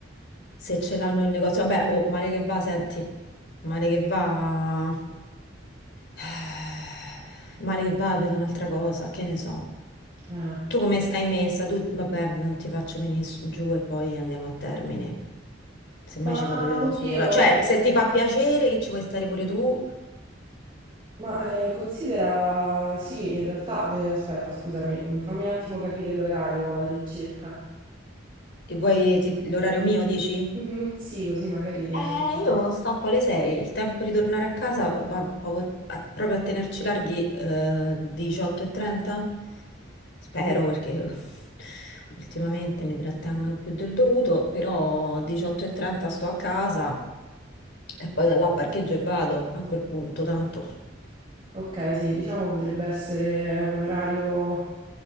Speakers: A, on the left; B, on the right.
A: se ce l'hanno in negozio. Vabbè, oh, male che va, senti, male che va, <sighs> male che va, vedo un'altra cosa, che ne so.
B: eh,
A: Tu come stai messa? Tu, vabbè, non ti faccio venire s- giù e poi andiamo a termine. Semmai
B: Ma
A: ci vado io
B: oddio,
A: da sola. Cioè,
B: eh,
A: se ti fa piacere che ci vuoi stare pure tu,
B: Ma eh, considera, sì, in realtà, de- aspetta, scusami, mm, fammi un attimo capire l'orario all'incirca.
A: e vuoi ti- l'orario mio, dici?
B: Mhm, sì, così magari riesco
A: Eh,
B: a vedere.
A: io sta a quale sei? Il tempo di tornare a casa va proprio a, proprio a tenerci larghi eh, 18.30? Spero
B: Mm,
A: perché <laughs> ultimamente mi trattengono più del dovuto, però 18.30 sto a casa e poi da là parcheggio e vado a quel punto, tanto.
B: Ok, sì, diciamo potrebbe essere un orario